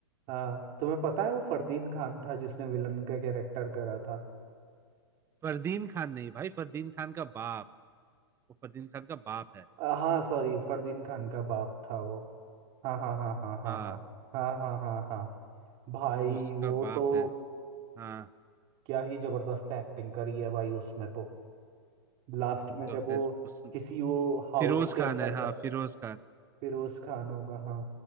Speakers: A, on the right; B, on the right.
A: हाँ तुम्हें पता है वो फरदीन खान था जिसने विलन का कैरेक्टर करा था
B: फरदीन खान नहीं भाई फरदीन खान का बाप वो फरदीन खान का बाप है
A: आ, हाँ सॉरी फरदीन खान का बाप था वो हाँ हाँ हाँ हाँ हाँ
B: हाँ
A: हाँ हाँ हाँ हाँ हाँ भाई
B: वो उसका
A: वो
B: बाप
A: तो
B: है हाँ
A: क्या ही जबरदस्त एक्टिंग करी है भाई उसमें तो लास्ट में
B: तो
A: जब
B: फिर
A: वो
B: उस
A: किसी वो हाउस
B: फिरोज
A: के
B: खान
A: अंदर
B: है हाँ
A: जा
B: फिरोज खान
A: फिरोज खान होगा हाँ